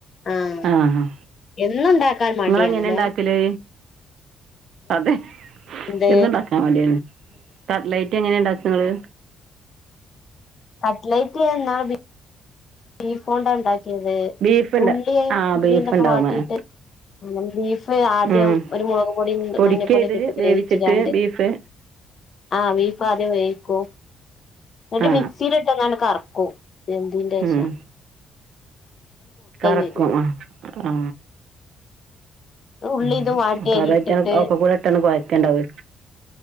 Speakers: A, on the left (about 50°); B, on the right (about 70°).
A: ആഹ്
B: ആ ആ
A: എന്നുണ്ടാക്കാൻ മടിയാണല്ലേ
B: ഇങ്ങള് എങ്ങനെ ഇണ്ടാക്കലഹ്? അതെ
A: എന്ത്
B: എന്ന്ണ്ടാക്കാൻ മടിയാണ് കട്ലൈറ്റ് എങ്ങനെ ഇണ്ടാക്ക ഇങ്ങള്?
A: കട്ലൈറ്റ് ഇന്നാള് ബി ബീഫോണ്ടാ ഇണ്ടാക്കിയത്
B: ബീഫ് ഉണ്ട്
A: ഉള്ളിയ്
B: ആ
A: ഉള്ളി
B: ബീഫ്
A: ഇതൊക്കെ
B: ഉണ്ടാവും
A: വാട്ടീട്ട്
B: ആ
A: അങ്ങനെ ബീഫ് ആദ്യം
B: ഉം.
A: ഒരു മുളക് പൊടി
B: പൊടിക്കുക
A: മഞ്ഞപ്പൊടിയക്കെ
B: ഇത്
A: ഇട്ട്
B: വേവിച്ചിട്ട്
A: വേവിച്ച്ക്കാണ്ട്
B: ബീഫ്
A: ആ വീഫ് ആദ്യം വേവിക്കൂ <unintelligible>
B: ആ
A: മിക്സിൽ ഇട്ടൊന്ന് ആണ്ട് കറക്കൂ. എന്ത്ന്റെഷാ
B: ഉം. കറക്കും
A: വരും
B: ആ ആ
A: ഉള്ളി
B: ഉം
A: ഇതും വാട്ടി
B: ഉം
A: അയിലിട്ടിട്ട്
B: അതായിറ്റാണ് അഒക്കെ കൂടെ ഇട്ടാണ്ട് കൊഴക്ക ഇണ്ടാവെ.